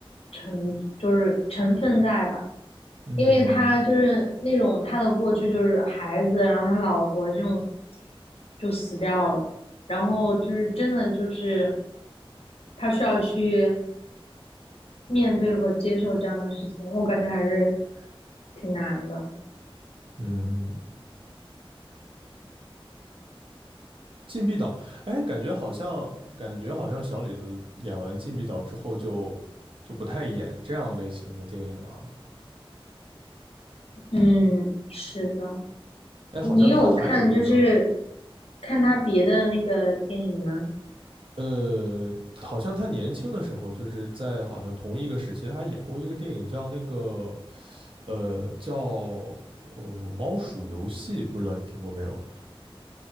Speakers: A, on the left; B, on the right.
A: 成就是成分在吧，
B: 嗯
A: 因为他就是那种他的过去就是孩子，然后他老婆这种就死掉了。然后就是真的就是他需要去面对和接受这样的事情，我感觉还是挺难的。
B: 嗯，禁闭岛，哎，感觉好像感觉好像小李子演完禁闭岛之后就就不太演这样类型的电影了。
A: 嗯，是的。
B: 哎，
A: 你有看就是
B: 好像他还有一个，
A: 看他别的那个电影吗？
B: 呃，好像他年轻的时候，就是在好像同一个时期，他还演过一个电影叫那个，呃，叫呃《猫鼠游戏》，不知道你听过没有？